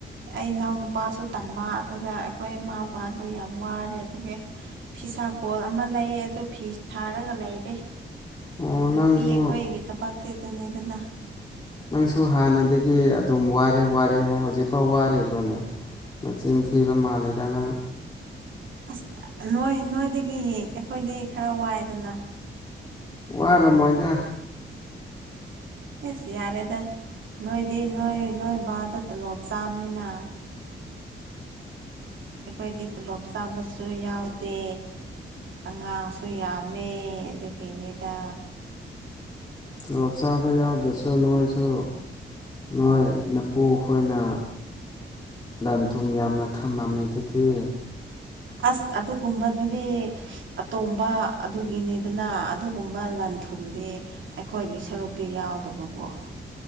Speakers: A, on the right; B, on the left.
A: ꯑꯩ ꯏꯅꯥꯎ ꯅꯨꯄꯥꯁꯨ ꯇꯝꯕ ꯑꯗꯨꯗ ꯑꯩꯈꯣꯏ ꯃꯥ ꯃꯥꯗꯣ ꯌꯥꯝ ꯋꯥꯔꯦ ꯑꯗꯨꯒ ꯐꯤꯁꯥꯀꯣꯜ ꯑꯃ ꯂꯩ ꯑꯗꯨ ꯐꯤ ꯁꯥꯔꯒ ꯂꯩꯔꯦ
B: ꯑꯣ ꯅꯪꯁꯨ
A: ꯅꯨꯄꯤ ꯑꯩꯈꯣꯏꯒꯤ ꯊꯕꯇꯦ ꯑꯗꯨꯅꯦꯗꯅ
B: ꯅꯪꯁꯨ ꯍꯥꯟꯅꯗꯒꯤ ꯑꯗꯨꯝ ꯋꯥꯔꯦ ꯋꯥꯔꯦ ꯍꯧꯖꯤꯛꯐꯥꯎ ꯋꯥꯔꯤꯕ꯭ꯔꯣꯅꯦ ꯃꯆꯤꯟ ꯊꯤꯕ ꯃꯥꯜꯂꯦꯗ ꯅꯪ
A: ꯑꯁ ꯅꯣꯏ ꯅꯣꯏꯗꯒꯤ ꯑꯩꯈꯣꯏꯗꯤ ꯈꯔ ꯋꯥꯏꯗꯅ
B: ꯋꯥꯔꯝꯃꯣꯏꯗ
A: ꯑꯦꯁꯤ ꯌꯥꯔꯦꯗ ꯅꯣꯏꯗꯤ ꯅꯣꯏ ꯅꯣꯏ ꯕꯥꯗ ꯇꯣꯂꯣꯞ ꯆꯥꯕꯅꯤꯅ ꯑꯩꯈꯣꯏꯗꯤ ꯇꯣꯂꯣꯞ ꯆꯥꯕꯁꯨ ꯌꯥꯎꯗꯦ ꯑꯉꯥꯡꯁꯨ ꯌꯥꯝꯃꯦ ꯑꯗꯨꯒꯤꯅꯤꯗ
B: ꯇꯣꯂꯣꯞ ꯆꯥꯕ ꯌꯥꯎꯗ꯭ꯔꯁꯨ ꯅꯣꯏꯁꯨ ꯅꯣꯏ ꯃꯄꯨ ꯑꯩꯈꯣꯏꯅ ꯂꯟ ꯊꯨꯝ ꯌꯥꯝꯅ ꯊꯝꯂꯝꯝꯃꯤ ꯑꯗꯨꯗꯤ
A: ꯑꯁ ꯑꯗꯨꯒꯨꯝꯕꯗꯨꯗꯤ ꯑꯇꯣꯝꯕ ꯑꯗꯨꯒꯤꯅꯤꯗꯅ ꯑꯗꯨꯒꯨꯝꯕ ꯊꯨꯝꯗꯤ ꯑꯩꯈꯣꯏꯒꯤ ꯁꯔꯨꯛꯇꯤ ꯌꯥꯎꯗꯕꯀꯣ